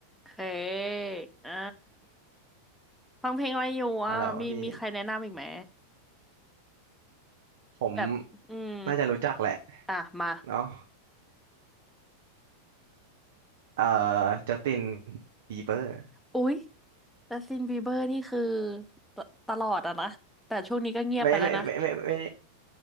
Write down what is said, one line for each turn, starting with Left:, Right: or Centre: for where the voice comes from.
Centre: เคอ่าฟังเพลงอะไรอยู่อ่ะมีมีใครแนะนำอีกไหม
Right: ฮัลโหลพี่ผม
Centre: แบบอืม
Right: น่าจะรู้จักแหละ
Centre: อ่ะมา
Right: เนาะเอ่อจัสตินบีเบอร์
Centre: อุ๊ยจัสตินบีเบอร์นี่คือตตลอดอะนะแต่ช่วงนี้ก็เงียบไปแล้วนะ
Right: ไม่ไม่ไม่ไม่ไม่ไม่